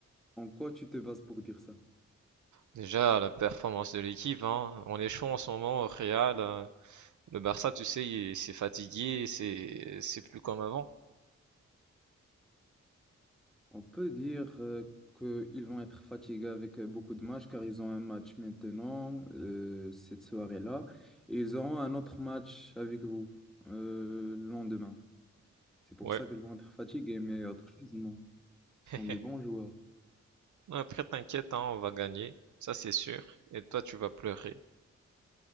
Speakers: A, in the centre; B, on the right.
A: en quoi tu te bases pour dire ça?
B: Déjà, la performance de l'équipe, hein. On est chaud en ce moment au Real. euh, Le Barça, tu sais, il- c'est fatigué, c'est c'est plus comme avant.
A: On peut dire euh, qu'ils vont être fatigués avec euh, beaucoup de matchs car ils ont un match maintenant, euh, cette soirée-là, et ils auront un autre match avec vous euh, le lendemain. C'est pour
B: Ouais.
A: ça qu'ils vont être fatigués, mais autre chose, non. Ce sont des
B: <laughs>
A: bons joueurs.
B: Après, t'inquiète, hein, on va gagner. Ça, c'est sûr. Et toi, tu vas pleurer.